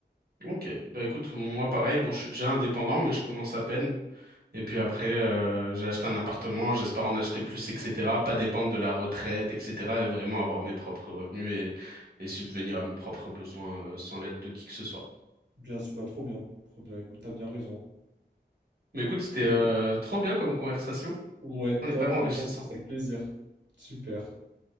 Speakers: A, on the right; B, on the right.
A: Ok. Bah écoute, moi pareil, bon, je suis déjà indépendant, mais je commence à peine. Et puis après, euh, j'ai acheté un appartement, j'espère en acheter plus, etc. Pas dépendre de la retraite, etc. Et vraiment avoir mes propres revenus et, et subvenir à mes propres besoins, euh, sans l'aide de qui que ce soit.
B: Bien sûr, bah trop bien, trop bien. Écoute, t'as bien raison.
A: Mais écoute, c'était
B: Bah
A: euh,
B: écoute,
A: trop bien comme conversation.
B: ouais,
A: On est
B: top,
A: pas enrichissant.
B: vraiment, ça me fait plaisir. Super.